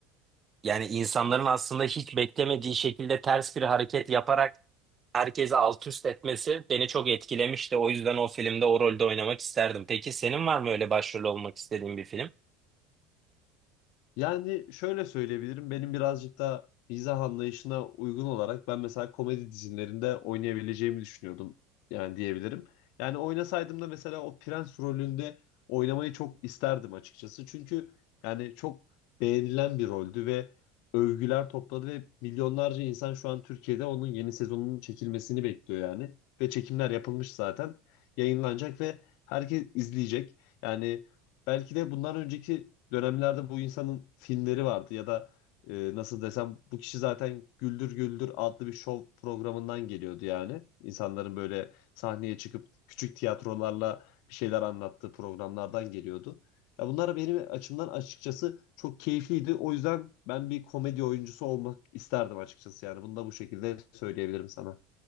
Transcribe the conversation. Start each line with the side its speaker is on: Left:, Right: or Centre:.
Right: yani insanların aslında hiç beklemediği şekilde ters bir hareket yaparak herkesi alt üst etmesi beni çok etkilemişti. O yüzden o filmde o rolde oynamak isterdim. Peki senin var mı öyle başrol olmak istediğin bir film?
Left: Yani şöyle söyleyebilirim. Benim birazcık da mizah anlayışına uygun olarak ben mesela komedi dizilerinde oynayabileceğimi düşünüyordum. Yani diyebilirim. Yani oynasaydım da mesela o prens rolünde oynamayı çok isterdim açıkçası. Çünkü yani çok beğenilen bir roldü ve övgüler topladı ve milyonlarca insan şu an Türkiye'de onun yeni sezonunun çekilmesini bekliyor yani. Ve çekimler yapılmış zaten. Yayınlanacak ve herkes izleyecek. Yani belki de bundan önceki dönemlerde bu insanın filmleri vardı ya da e, nasıl desem bu kişi zaten Güldür Güldür adlı bir şov programından geliyordu yani. İnsanların böyle sahneye çıkıp küçük tiyatrolarla bir şeyler anlattığı programlardan geliyordu. Ya bunlar benim açımdan açıkçası çok keyifliydi. O yüzden ben bir komedi oyuncusu olmak isterdim açıkçası yani. Bunu da bu şekilde söyleyebilirim sana.